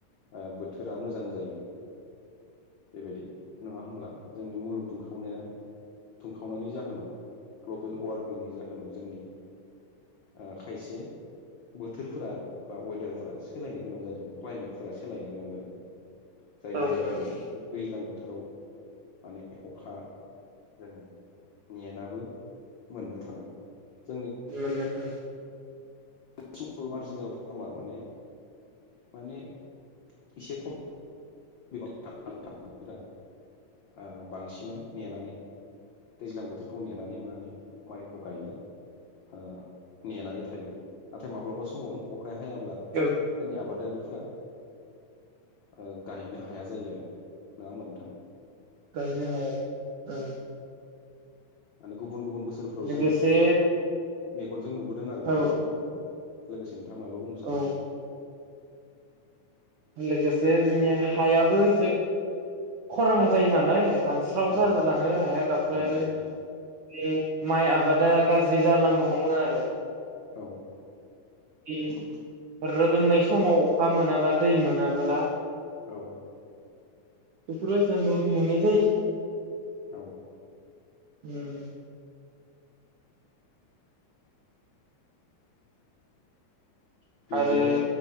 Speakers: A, on the left; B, on the right.
A: ओ बोथोरा मोजां जायो। बेबायदि नङा होमब्ला? जोंनि मुलुग दुंखावनाया दुंखावनायनि जाहोनाव ग्लबेल वार्मिंनि जा होनाव जोंनि ओ खायसे बोथोरफोरा बा वेदारफ फोरा सोलायनो गोनां जादों क्लाइमेट फोरा सोलायनो गोनां जादों। जायनि
B: औ
A: जाहोनाव
B: नंगौ
A: दैज्लां बोथ थोराव माने अखा जोङो नेेनाबो मोननो थाङा। जोंनि
B: मोननो थांङा।
A: सल' मार्जिनेल फार्मार माने माने एसे खम <unintelligible> ओ बिबांसिनानो नेनानै दैज्लां बोथोरखौ नेनानै मा होनो माइखौ गायनो ओ नेनानै थायो नाथाय माब्लाबा समाव अख हायाब्ला
B: औ
A: जोंनि आबादारिफ फुरा ओं दायनो हाया जायो आरो नोंङा होमबा नोंथां?
B: गायनो हाया औ।
A: आनो गुब गुबुन गुबुन बोसोरफ्राव
B: लोगोसे
A: जों। मेगनजों नुब बुदों आरो नंङा
B: औ
A: होमबा औ लोगोस नोंथाङा माबा बुंनो सानदोंमोन?
B: औ लोगोसे जोंनि हायाबो एसे खरां जायो नालाय। रानस्राव
A: औ
B: जा जोबलाङो हाया गावस्रायो
A: रानस्राव जायो
B: बे माइ आबादा। गाज्रि जालांनो हमो आरो।
A: औ।
B: दि रोदोमनाय समाव अखा मोनाबा दै मोनाब्ला।
A: औ।
B: बेफोरबायसा नु नुनाय जायो।
A: औ।
B: उम।
A: बिदिनो
B: आरो